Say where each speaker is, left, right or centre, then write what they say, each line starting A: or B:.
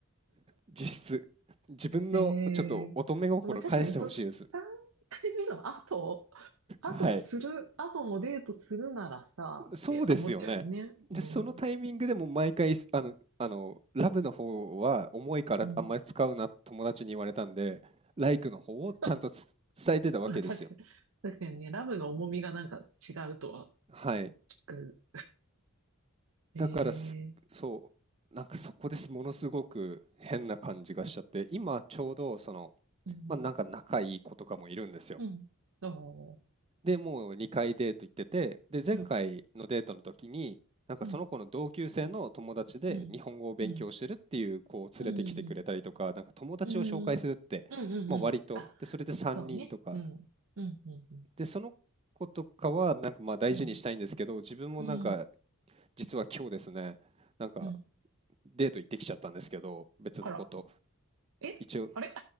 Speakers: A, on the right; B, on the right.
A: 実質。自分のちょっと乙女心返してほしいです。
B: ええまあ、確かに、そ、3回目の後、後する、
A: はい。
B: 後もデートするならさ、って思っちゃうね。
A: そうですよね。
B: うん。
A: で、そのタイミングでも毎回、あの、あの、ラブの方は重いからあんまり使うな、
B: うん。
A: 友達に言われたんで、ライクの方をちゃんとつ伝えてたわけですよ。
B: <laughs> まあ、確かに、確かにね、ラブの重みがなんか違うとは
A: はい。
B: 聞く。ええ
A: だからす、そう、なんかそこです、ものすごく変な感じがしちゃって、今ちょうどその、
B: うん、
A: まあ、なんか仲いい子とかもいるんですよ。
B: うん、うん。おー
A: で、もう2回デート行ってて、で、前回のデートの時に、
B: うん、
A: なんかその子の同級生の友達で日本語を勉強してるっていう子を連れてきてくれたりとか、
B: うん、うん、うん、うん、うん。
A: なんか友達を紹介するって、
B: うん。うんうんうん。
A: まあ、割と、
B: あ、
A: で、それで3人とか、
B: そうね。うん。うんうん
A: で、その子とかはなんかまあ大事にしたいんですけど、
B: うん。
A: 自分もなんか
B: うん。うん。
A: 実は今日ですね、なんか
B: うん
A: デート行ってきちゃったんですけど、別のこと。
B: あら。えあれ
A: 一応 <laughs> い